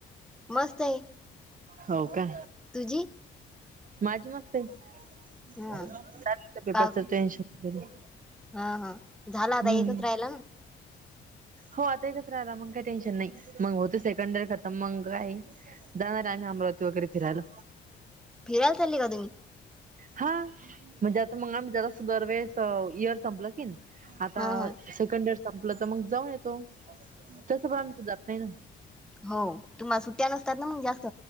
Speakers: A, in the centre; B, on the right (about 40°).
A: मस्त आहे.
B: हो का.
A: तुझी.
B: माझी मस्त आहे
A: हा
B: चा पेपरच
A: का
B: टेन्शन वगैरे
A: हा हा झाला आता
B: हम्म
A: एकच राहीला ना.
B: हो आता एकच राहला मग काही टेन्शन नाही मग होत सेकंड दर खतम मंग काय जाणार आम्ही अमरावती वगैरे फिरायला.
A: फिरायला चालले का तुम्ही?
B: हा म्हणजे आता मग आम्ही जरा सु दरवेेळेस इयर संपलं की आता
A: हा हा
B: सेकंड इयर संपलं तर मग जाऊन येतो तसं पण आम्ही कुठ जात नाही ना.
A: हो तुम्हाला सुट्ट्या नसतात ना मग जास्त.